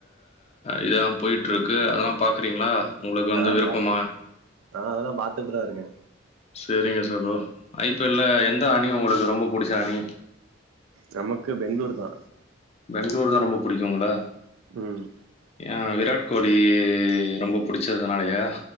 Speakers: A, on the left; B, on the right.
A: இதலா போய்ட்டுருக்கு அதெல்லா பாக்குறீங்களா உங்களுக்கு வந்து
B: ஆ
A: விருப்பமா
B: பா ஆ அதெல்லா பாத்துட்டுதா இருக்க
A: சரிங்க சகோ ஐ பி எல்ல எந்த அணி உங்களுக்கு ரொம்ப புடிச்ச அணி
B: நமக்கு பெங்களூர் தா
A: பெங்களூரு தா ரொம்ப பிடிக்கும்ங்களா
B: ம்
A: ஏ விராட் கோலி ரொம்ப பிடிச்சதுனாலயா